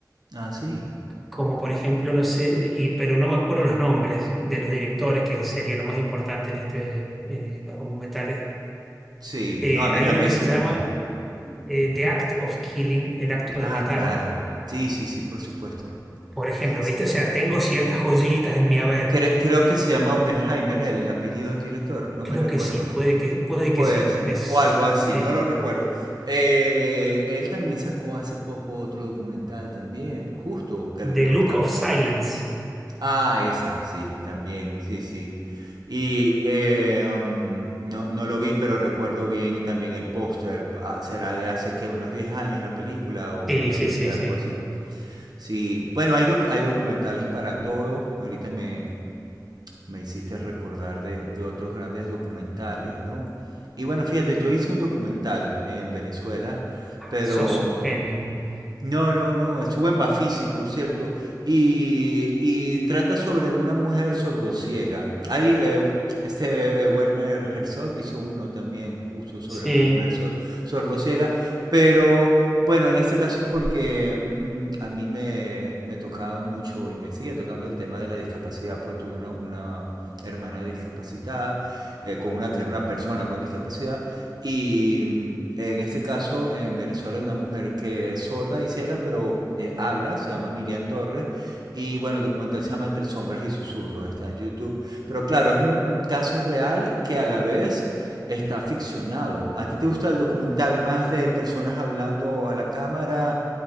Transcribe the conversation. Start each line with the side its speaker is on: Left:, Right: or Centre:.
Right: Ah, sí.
Centre: como por ejemplo, no sé, y, pero no me acuerdo los nombres de los directores, que sería lo más importante en este eh, documentales.
Right: Sí,
Centre: Eh,
Right: no, a mí
Centre: hay
Right: también
Centre: uno que se
Right: se
Centre: llama
Right: me olvida.
Centre: eh,
Right: Ujú.
Centre: The Act of Killing, el acto
Right: Ah,
Centre: de matar,
Right: claro. Sí, sí, sí, por supuesto.
Centre: por ejemplo,
Right: S-
Centre: ¿viste? O sea, tengo ciertas joyitas en mi haber.
Right: cre- creo que se llama Oppenheimer, él, el apellido del director, no
Centre: Creo
Right: me recuerdo.
Centre: que sí, puede que, puede
Right: Pues,
Centre: que sí. Me s-
Right: o algo así,
Centre: sí.
Right: no lo recuerdo. Eh, él también sacó hace poco otro documental también, justo, que
Centre: The
Right: lo, lo
Centre: Look
Right: están...
Centre: of Silence.
Right: Ah, esa, sí, también, sí, sí. Y eh, um, no, no lo vi, pero recuerdo bien también el póster. ah, Será de hace qué, unos 10 años la película o unos
Centre: Sí, sí,
Right: 7,
Centre: sí,
Right: algo
Centre: sí.
Right: así. Sí, bueno, hay, docu- hay documentales para todo. Ahorita me, me hiciste recordar de, de otros grandes documentales, ¿no? Y bueno, fíjate, yo hice un documental en Venezuela, pero
Centre: Sos un genio.
Right: no, no, no, estuvo en Bafisi, por cierto, y, y trata sobre una mujer sordociega. Hay, eh, este eh, Werner Herzog hizo uno también, justo sobre
Centre: Sí.
Right: una mujer sor- sordociega, pero bueno, en este caso es porque mm, a mí me, me tocaba mucho y me sigue tocando el tema de la discapacidad, pues tuve una, una hermana discapacitada, eh, con una que es una persona con discapacidad, y mm, en este caso, en Venezuela hay una mujer que es sorda y ciega, pero eh, habla, se llama Miriam Torres. Y bueno, el documental se llama Entre sombras y susurros, está en YouTube. Pero claro, es un, un caso real que a la vez está ficcionado. ¿A ti te gusta el documental más de personas hablando a la cámara